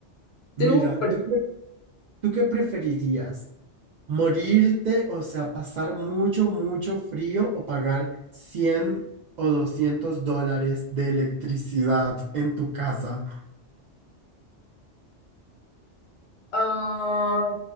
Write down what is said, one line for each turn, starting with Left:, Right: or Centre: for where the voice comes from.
Left: Tú,
Right: Mira,
Left: pre-
Right: ¿tú qué, tú qué preferirías? ¿Morirte, o sea, pasar mucho, mucho frío o pagar 100 o 200 dólares de electricidad en tu casa?
Left: ah,